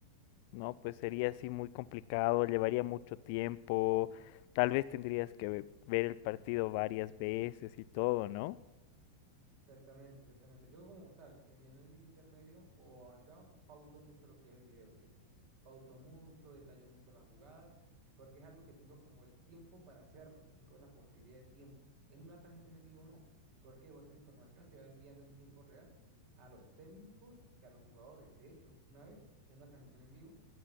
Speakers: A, on the left; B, on the right.
A: no, pues sería así muy complicado, llevaría mucho tiempo, tal vez tendrías que ve- ver el partido varias veces y todo, ¿no?
B: Exactamente, exactamente. Yo como tal, en mi análisis intermedio o avanzado, pauso mucho lo que es el video, ¿sí? Pauso mucho, detallo mucho las jugadas, porque es algo que tengo como el tiempo para hacerlo, tengo la posibilidad de tiempo. En una transmisión en vivo no. ¿Por qué? Porque la información se va enviando en tiempo real a los técnicos que a los jugadores. De hecho, una vez en una transmisión en vivo,